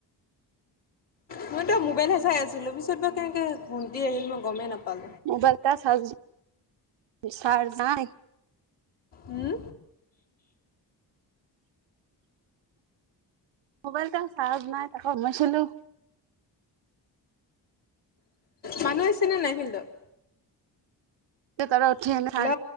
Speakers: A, on the left; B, on the right.
A: মইতো মোবাইলহে চাই আছিলো পিছত বা কেনেকে ঘুমটি আহিল মই গমেই নাপালো।
B: মোবাইলটা চাৰ্জ চাৰ্জ নাই।
A: উম।
B: মোবাইল টা চাৰ্জ নাই তাকো সোমাইছিলো।
A: মানুহ আহছেনে নাই ফিল্ডত?
B: তাৰ উঠিনে
A: হেল্ল'